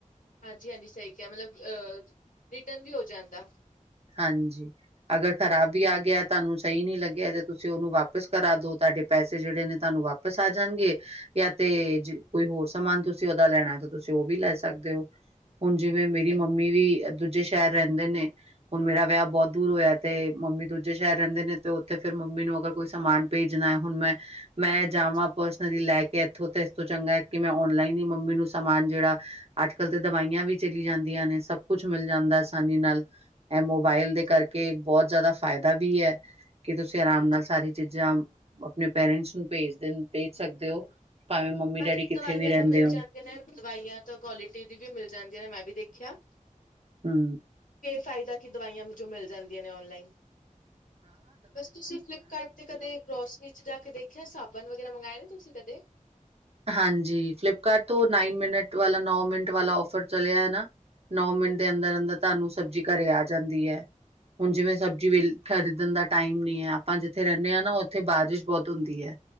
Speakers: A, on the left; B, on the right.
A: ਹਾਂਜੀ, ਹਾਂਜੀ ਸਹੀ ਕਿਹਾ ਮਤਲਬ ਰਿਟਰਨ ਵੀ ਹੋ ਜਾਂਦਾ।
B: ਹਾਂਜੀ। ਅਗਰ ਖ਼ਰਾਬ ਵੀ ਆ ਗਿਆ ਤੁਹਾਨੂੰ ਸਹੀ ਨੀ ਲੱਗਿਆ ਤੇ ਤੁਸੀਂ ਉਹਨੂੰ ਵਾਪਿਸ ਕਰਾ ਦੋ ਤੁਹਾਡੇ ਪੈਸੇ ਜਿਹੜੇ ਨੇ ਤੁਹਾਨੂੰ ਵਾਪਸ। ਵਾਪਸ ਆ ਜਾਣਗੇ। ਜਾਂ ਤੇ
A: ਹਾਂਜੀ
B: ਕੋਈ ਹੋਰ ਸਮਾਨ ਤੁਸੀਂ ਉਹਦਾ ਲੈਣਾ ਤਾਂ ਤੁਸੀਂ ਉਹ ਵੀ ਲੈ ਸਕਦੇ ਹੋ। ਹੁਣ ਜਿਵੇਂ ਮੇਰੀ
A: ਸਹੀ
B: ਮੰਮੀ ਵੀ ਦੂਜੇ ਸ਼ਹਿਰ ਰਹਿੰਦੇ ਨੇ, ਹੁਣ ਮੇਰਾ ਵਿਆਹ ਬਹੁਤ ਦੂਰ ਹੋਇਆ, ਤੇ ਮੰਮੀ ਦੂਜੇ ਸ਼ਹਿਰ ਰਹਿੰਦੇ ਨੇ, ਤੇ ਉੱਥੇ ਫਿਰ ਮੰਮੀ ਨੂੰ ਅਗਰ ਕੋਈ ਸਮਾਨ ਭੇਜਣਾ ਹੈ, ਹੁਣ ਮੈਂ ਮੈਂ ਜਾਵਾਂ
A: ਹਾਂਜੀ
B: ਪਰਸ ਦੀ ਲੈ ਕੇ ਇਥੋਂ ਤਾਂ ਇਸ ਤੋਂ ਚੰਗਾ, ਕਿ ਮੈਂ ਔਨਲਾਈਨ ਹੀ ਮੰਮੀ ਨੂੰ ਸਮਾਨ ਜਿਹੜਾ ਅੱਜ-ਕੱਲ੍ਹ ਤਾਂ ਦਵਾਈਆਂ ਵੀ ਚਲੀ ਜਾਂਦੀਆਂ ਨੇ ਸਭ ਕੁਛ ਮਿਲ ਜਾਂਦਾ ਆਸਾਨੀ ਨਾਲ ਇਹ ਮੋਬਾਇਲ
A: ਹਾਂਜੀ
B: ਦੇ ਕਰਕੇ ਬਹੁਤ ਜ਼ਿਆਦਾ ਫਾਇਦਾ ਵੀ ਹੈ, ਕਿ ਤੁਸੀਂ ਆਰਾਮ
A: ਹਾਂਜੀ
B: ਨਾਲ ਸਾਰੀ ਚੀਜ਼ਾਂ ਆਪਣੇ ਪੇਰੈਂਟਸ ਨੂੰ ਭੇਜਦੇ ਭੇਜ ਸਕਦੇ ਹੋ,
A: ਸਹੀ
B: ਭਾਵੇਂ ਮੰਮੀ
A: ਹਾਂਜੀ
B: ਡੈਡੀ ਕਿੱਥੇ
A: ਦਵਾਈਆਂ
B: ਵੀ ਰਹਿੰਦੇ
A: ਤਾਂ ਮਿਲ
B: ਹੋ।
A: ਜਾਂਦੀਆਂ ਦਵਾਈਆਂ ਤਾਂ ਕੁਆਲਿਟੀ ਦੀ ਵੀ ਮਿਲ ਜਾਂਦੀਆਂ ਨੇ ਮੈਂ ਵੀ ਦੇਖਿਆ।
B: ਹੂੰ,
A: ਫਾਇਦਾ ਕਿ, ਦਵਾਈਆਂ ਜੋ ਮਿਲ ਜਾਂਦੀਆਂ ਨੇ ਔਨਲਾਈਨ ਬਸ ਤੁਸੀਂ ਫਲਿੱਪਕਾਰਟ ਤੇ ਕਦੇ ਗੋਸ ਜਾ ਕੇ ਦੇਖਿਆ, ਸਾਬਣ ਵਗੈਰਾ ਮੰਗਵਾਏ ਨੇ ਤੁਸੀਂ ਕਦੇ,
B: ਹਾਂਜੀ, ਫਲਿਪਕਾਰਟ ਤੋਂ ਨਾਈਨ ਮਿੰਟ ਵਾਲਾ ਨੋ ਮਿੰਟ ਵਾਲਾ ਔਫਰ ਚਲਿਆ ਨਾ, ਨੌਂ ਮਿੰਟ
A: ਹਾਂਜੀ
B: ਦੇ
A: ਹਾਂਜੀ
B: ਅੰਦਰ ਅੰਦਰ ਤੁਹਾਨੂੰ ਸਬਜ਼ੀ ਘਰੇ ਆ ਜਾਂਦੀ ਹੈ। ਹੁਣ ਜਿਵੇਂ ਸਬਜ਼ੀੇ ਖਰੀਦਣ ਦਾ ਟਾਈਮ ਨੀ ਹੈ, ਆਪਾਂ ਜਿੱਥੇ ਰਹਿੰਦੇ ਹਾਂ ਨਾ ਉੱਥੇ ਬਾਰਿਸ਼ ਬਹੁਤ ਹੁੰਦੀ ਹੈ।